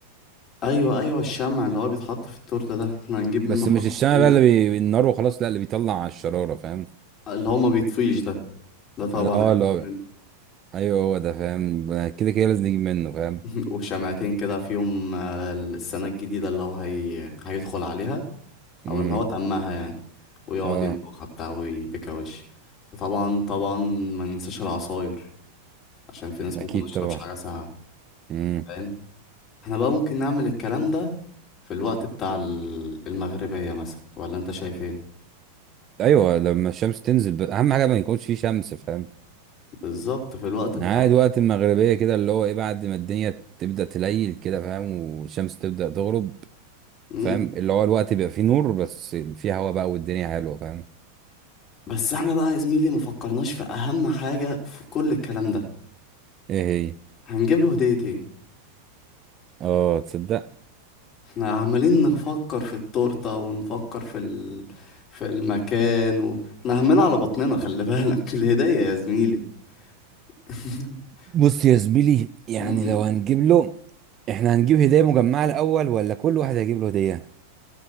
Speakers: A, on the left; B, on the right.
A: ايوه ايوه الشمع اللي هو بيتحط في التورته ده احنا هنجيب
B: بس
A: منه حبه
B: مش الشمع
A: حلوين
B: بقى اللي بي... النار وخلاص لا اللي بيطلع على الشرارة فاهم
A: اللي هو ما بيطفيش ده ده
B: اه
A: طبعا هنجيب
B: لا
A: منه
B: ايوه هو ده فاهم كده كده لازم نجيب منه فاهم
A: <laughs> وشمعتين كده في يوم آه، السنه الجديده اللي هو هي... هيدخل عليها
B: امم
A: او اللي هو تمها يعني ويقعد
B: اه
A: ينفخها بتاع ويبكى وش وطبعا طبعا ما ننساش العصاير عشان في
B: اكيد
A: ناس ممكن ما تشربش
B: طبعا
A: حاجه ساقعه
B: مم.
A: فاهم احنا بقى ممكن نعمل الكلام ده في الوقت بتاع ال- المغربيه مثلا ولا انت شايف ايه
B: ايوه لما الشمس تنزل ب... اهم حاجه ما يكونش فيه شمس فاهم
A: بالظبط في الوقت الطرب
B: عاد وقت المغربيه كده اللي هو ايه بعد ما الدنيا تبدا تليل كده فاهم والشمس تبدا تغرب
A: ده.
B: فاهم اللي هو الوقت بيبقى فيه نور بس فيه هوا بقى والدنيا حلوه فاهم
A: بس احنا بقى يا زميلي مفكرناش في اهم حاجة في كل الكلام ده
B: ايه هي
A: هنجيب له هدية ايه
B: اه تصدق
A: احنا عمالين نفكر في التورتة ونفكر في ال... في المكان و... احنا همنا على بطننا خلي بالك <laughs> الهدية يا زميلي <laughs>
B: بص يا زميلي يعني
A: أمم،
B: لو هنجيب له احنا هنجيب هديه مجمعه الاول ولا كل واحد هيجيب له هديه